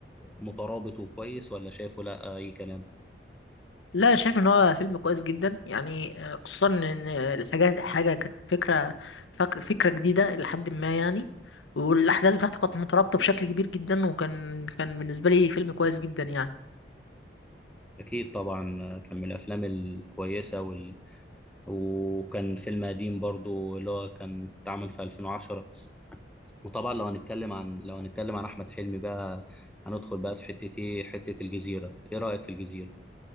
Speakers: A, in the centre; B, on the left.
A: مترابط وكويس ولا شايفه لا اي كلام
B: لا انا شايف ان هو فيلم كويس جدا يعني آه، خصوصا ان الحاجات حاجه كانت فكره فك- فكره جديده لحد ما يعني والاحداث بتاعته كانت مترابطه بشكل كبير جدا وكان كان بالنسبه لي فيلم كويس جدا يعني
A: اكيد طبعا كان من الافلام الكويسه وال... وكان فيلم قديم برضو اللي هو كان اتعمل في 2010 وطبعا لو هنتكلم عن لو هنتكلم عن احمد حلمي بقى هندخل بقى في حته ايه حته الجزيره ايه رايك في الجزيره